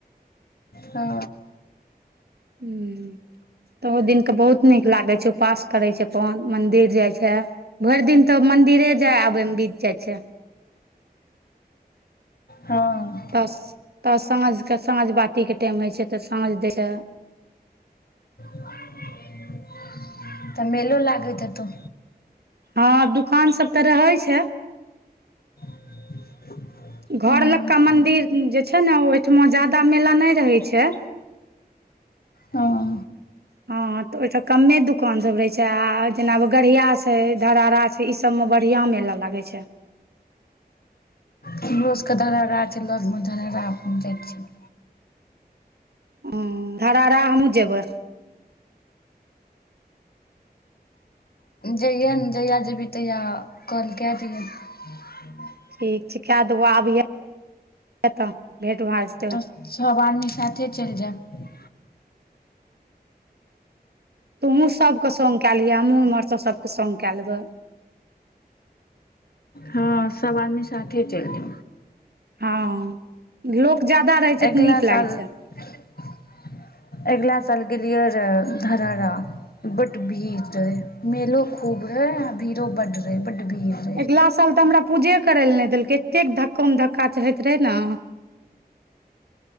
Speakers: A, on the left (about 65°); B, on the right (about 75°).
A: ओ
B: हु तऽ ओ दिन कऽ बहुत नीक लागे छै उपवास करे छैय अपन मंदिर जाय छै भरि दिन तऽ मंदिरे जाय आबे में बीत जाइ छैय
A: <inaudible> हँ
B: तऽ तऽ साँझ कऽ साँझ बाती टाइम होइ छै तऽ साँझ दै लऽ
A: <unintelligible> तऽ मेल लागैत हेतो
B: हँ दुकान सब तऽ रहे छैय
A: <unintelligible>
B: घर
A: हँ
B: लका मंदिर जे छैना ओहिठमा जादा मेला नै रहै छैय
A: ह ऽ
B: हँ तऽ ओइठाम कमे दुकान सब रहे छै आ जेना गड़ियास हैय धरारा ई सब में बड़िया मेला लागै छैय
A: हमरो सब कऽ धरारा छै लग में धरारा जाइ छी
B: हु धरारा हमहुँ जेबै
A: जै यै ने जहिया जेबही तहिया कॉल कय दि है <unintelligible>
B: ठीक छै कए देबौ आभियान <inaudible> तऽ भेट भै जे
A: तऽ सब आदमी साथे चैल जायब
B: तूहु सभ कऽ संग कै लिहा हमहूँ उमहर स सभ कऽ संग कै लेबे
A: हँ सब आदमी साथे चैल जो
B: हँ लोक जादा रहै छै
A: अइगला
B: तऽ नीक लागै
A: साल
B: छै
A: <unintelligible> अइगला साल गेलियै रै धरारा बड भीर रहै मेलो खूब है यह भीरो बड रहेै बड भीर
B: आइगला साल तऽ हमरा पूजे करय लऽ नै देलकै एतेक धक्को म धक्का हैत रहे ने